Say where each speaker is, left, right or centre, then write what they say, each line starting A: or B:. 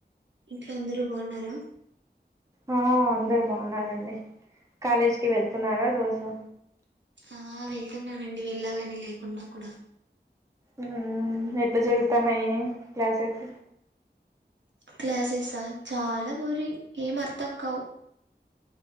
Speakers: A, on the right; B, on the right.
A: ఇంట్లో అందరూ బావున్నారా?
B: ఆ అందరు బావున్నారండి కాలేజికిి వెళ్తున్నారా రోజు.
A: ఆ వెళ్తున్నానండి వెళ్ళాలని లేకున్నా కూడా
B: ఉహు ఎట్లా జరుగుతాన్నాయి క్లాసెస్
A: క్లాసెస్స చాలా బోరింగ్ ఏం అర్థం కావు.